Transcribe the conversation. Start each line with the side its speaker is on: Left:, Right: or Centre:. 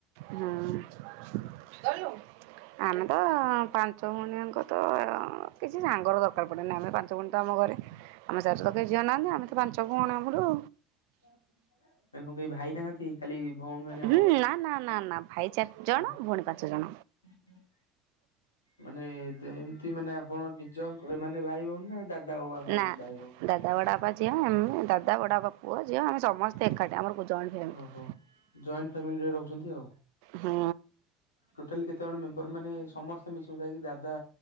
Right: ହୁଁ। <unintelligible> ଆମେ ତ ପାଞ୍ଚ ଭଉଣୀ ଆଙ୍କ ତ କିଛି ସାଙ୍ଗର ଦରକାର ପଡ଼େନି ଆମେ ପାଞ୍ଚ ଭଉଣୀ ତ ଆମ ଘରେ ଆମ ଶାଶୁର ତ ଝିଅ ନାହାନ୍ତି ଆମେ ତ ପାଞ୍ଚ <unintelligible> ଆଉ
Left: <unintelligible> ତାଙ୍କ କେହି ଭାଇ ନାହାନ୍ତି ଖାଲି ଭଉଣୀ ମାନେ ଆପଣ
Right: ହୁଁ ନା ନା ନା ନା ଭାଇ ଚାରି ଜଣ
Left: ଆଉ
Right: ଭଉଣୀ ପାଞ୍ଚ ଜଣ
Left: <unintelligible> ମାନେ ଯେମିତି ମାନେ ଆପଣ ନିଜଙ୍କ ମାନେ ଭାଇ ଭଉଣୀ ନାହାନ୍ତି ଦାଦା ବଡ଼ବାପା
Right: ନା
Left: ଭାଇ ଭଉଣୀ
Right: ଦାଦା ବଡ଼ବାପା ଝିଅ ଏମ ଦାଦା ବଡ଼ା ବାପା ପୁଅ ଝିଅ ଆମେ ସମସ୍ତେ ଏକାଠି ଆମର ଜଏଣ୍ଟ ଫ୍ୟାମିଲି
Left: ଓହୋ ଜଏଣ୍ଟ ଫାମିଲିରେ ରହୁଛନ୍ତି ଆଉ।
Right: ହୁଁ।
Left: ଟୋଟାଲି କେତେ ଜଣ ମେମ୍ବର ମାନେ ସମସ୍ତେ ମିଶି ମୁଶାକି ଦାଦା